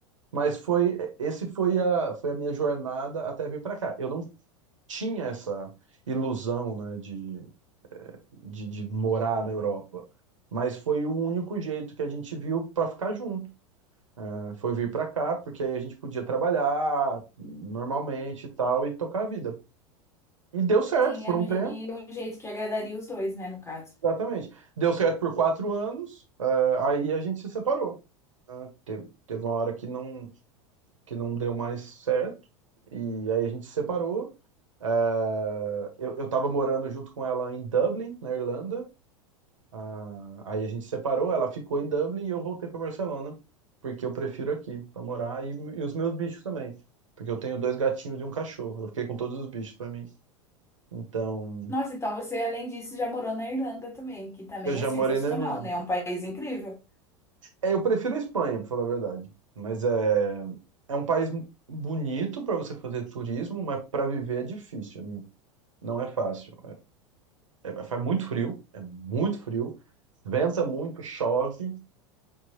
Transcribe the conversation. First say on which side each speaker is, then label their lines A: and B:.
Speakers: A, on the right; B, on the left.
A: Mas foi, esse foi a, foi a minha jornada até vir para cá. Eu não tinha essa ilusão, né, de de, de morar na Europa. Mas foi o único jeito que a gente viu para ficar junto. né? Foi vir para cá, porque aí a gente podia trabalhar normalmente e tal, e tocar a vida. E deu certo
B: Sim,
A: por
B: era
A: um
B: um
A: tempo,
B: je- e um jeito que agradaria os dois, né, no caso.
A: exatamente. Deu certo por quatro anos, eh, aí a gente se separou. né? Te- Teve uma hora que não, que não deu mais certo, e aí a gente se separou. Eh, eu, eu tava morando junto com ela em Dublin, na Irlanda, Ah, aí a gente separou, ela ficou em Dublin e eu voltei para Barcelona, porque eu prefiro aqui para morar e, e os meus bichos também, porque eu tenho dois gatinhos e um cachorro. Eu fiquei com todos os bichos para mim. Então,
B: Nossa, então você, além disso, já morou na Irlanda também, que também
A: eu já
B: é sensacional,
A: morei na Irlanda.
B: né? É um país incrível.
A: É, eu prefiro a Espanha, para falar a verdade, mas é é um país bonito para você fazer turismo, mas para viver é difícil, né? Não é fácil. É- é- faz muito frio, é muito frio, venta muito, chove.